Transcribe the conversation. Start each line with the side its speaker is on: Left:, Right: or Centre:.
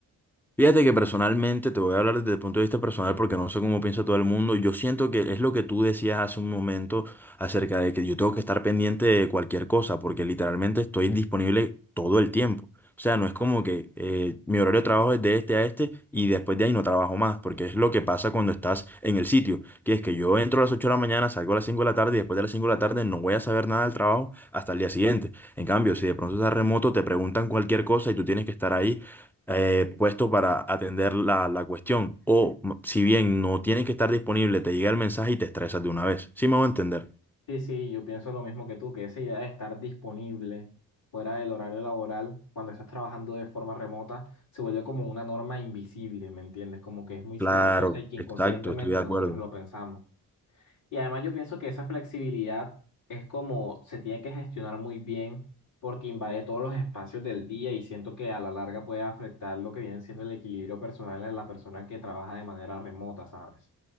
Centre: Fíjate que personalmente, te voy a hablar desde el punto de vista personal porque no sé cómo piensa todo el mundo. Yo siento que es lo que tú decías hace un momento acerca de que yo tengo que estar pendiente de cualquier cosa porque literalmente estoy disponible todo el tiempo. O sea, no es como que eh, mi horario de trabajo es de este a este y después de ahí no trabajo más porque es lo que pasa cuando estás en el sitio. Que es que yo entro a las 8 de la mañana, salgo a las 5 de la tarde y después de las 5 de la tarde no voy a saber nada del trabajo hasta el día siguiente. En cambio, si de pronto estás remoto, te preguntan cualquier cosa y tú tienes que estar ahí eh, puesto para atender la, la cuestión. O m- si bien no tienes que estar disponible, te llega el mensaje y te estresas de una vez. ¿Sí me voy a entender?
Left: Sí, sí, yo pienso lo mismo que tú, que esa idea de estar disponible fuera del horario laboral cuando estás trabajando de forma remota se vuelve como una norma invisible, ¿me entiendes? Como que es muy silenciosa
Centre: Claro,
Left: y que inconscientemente
Centre: exacto, estoy de acuerdo.
Left: nosotros lo pensamos. Y además yo pienso que esa flexibilidad es como se tiene que gestionar muy bien porque invade todos los espacios del día y siento que a la larga puede afectar lo que viene siendo el equilibrio personal de la persona que trabaja de manera remota, ¿sabes?